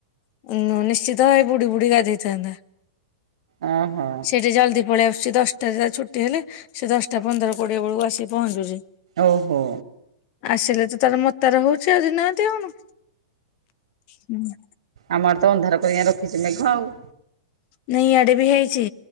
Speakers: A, on the left; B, on the right.
A: ଉୁଁ ନିଶ୍ଚିତ ଭାବେ ବୁଡି ବୁଦି ଗାଧେଇଥାନ୍ତା।
B: ଓହୋ।
A: ସେ ଜଲଦି ପଳେଇ ଆସୁଛି ଦଶଟାରେ ତା ଛୁଟି ହେଲେ। ସେ ଦଶଟା ପନ୍ଦର କୋଡିଏ ବେଳକୁ ଆସି ପହଞ୍ଚୁଛି।
B: ଓହୋ।
A: ଆସିଲେ ତ ତାର ମତାର ହଉଛି ଆଉ ଦିିନ ରାତି ଆଉ କଣ। ହୁଁ।
B: ଆମର ତ ଅନ୍ଧାର କର ରଖିଛି ମେଘ ଆଉ।
A: ନା ଇଆଡେ ବି ହେଇଛି